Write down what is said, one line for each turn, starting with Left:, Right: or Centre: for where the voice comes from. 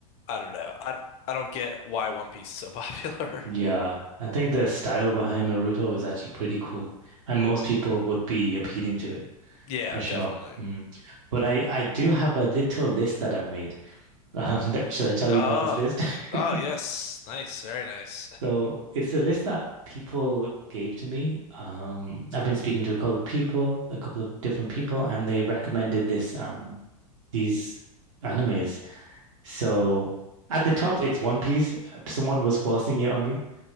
Left: I don't know. I I don't get why One Piece is so popular.
Right: Yeah,
Left: <laughs>
Right: I think the style behind Naruto is actually pretty cool, and most people would be appealing to it
Left: Yeah,
Right: for sure.
Left: definitely.
Right: Mm. But I I do have a little list that I've made. Um, <laughs> should I tell
Left: Oh,
Right: you about this list?
Left: oh
Right: <laughs>
Left: yes, nice, very nice.
Right: So it's a list that people gave to me. Um, I've been speaking to a couple of people, a couple of different people, and they recommended this um these animes. So at the top, it's One Piece. Someone was forcing it on me,